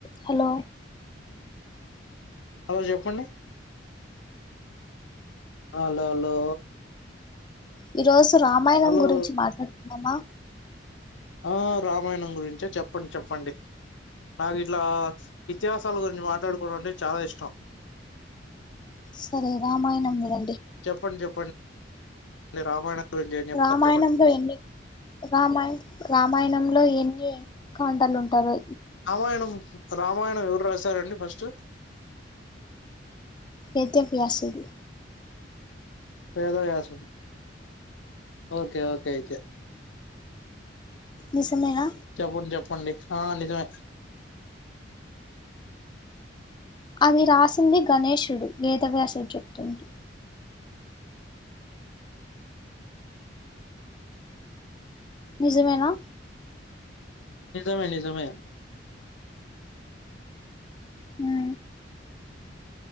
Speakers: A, on the left; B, on the left.
A: Hello
B: hello చెప్పండి hello hello
A: ఈ రోజు రామాయణం
B: హలో
A: గురించి మాట్లాడుకుందామ
B: ఆ రామాయణం గురించ చెప్పండి చెప్పండి నాకు ఇట్లా ఇతియాహసాల గురించి మాట్లాడుకోవడం అంటే చాలా ఇష్టం
A: సరే రామాయణం వినండి
B: చెప్పండి చెప్పండి రామాయణం గురించి ఏం చెప్తారు
A: రామాయణంలో
B: చెప్పండి ఒకసారి
A: ఎన్ని రామాయణ రామాయణంలో ఎన్ని ఖండాలు ఉంటాయో
B: రామాయణం రామాయణం ఎవరు రాశారండి ఫస్ట్
A: వేద వ్యాసుడు
B: వేద వ్యాసుడు ఓకే ఓకే అయితే
A: నిజమేనా
B: చెప్పండి చెప్పండి ఆ నిజమే
A: అది రాసింది గణేషుడు వేద వ్యాసుడు చెప్తుంది నిజమేనా
B: నిజమే నిజమే
A: ఉ